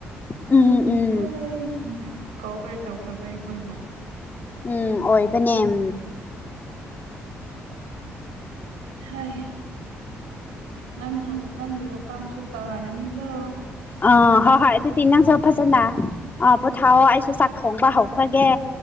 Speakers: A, on the left (about 35°); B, on the right (about 85°).
A: ꯎꯝ ꯎꯝ
B: ꯑꯣꯢ ꯍ ꯀꯣꯕꯔ ꯇꯧꯈ꯭ꯔꯕ ꯑꯩꯈꯣꯏꯕꯨ꯫
A: ꯎꯝ ꯑꯣꯏꯕꯅꯦꯝ꯫
B: ꯍꯩ ꯅꯪ ꯅꯪꯒꯤ ꯃꯇꯝꯁꯨ ꯇꯥꯔꯅꯤꯒ꯫
A: ꯑꯥ ꯍꯣꯏ ꯍꯣꯏ ꯑꯗꯨ ꯅꯪꯁꯨ ꯐꯁꯅ ꯑꯥ ꯄꯣꯊꯥꯎꯑꯣ ꯑꯩꯁꯨ ꯆꯥꯛ ꯊꯣꯡꯕ ꯍꯧꯈ꯭ꯔꯒꯦ꯫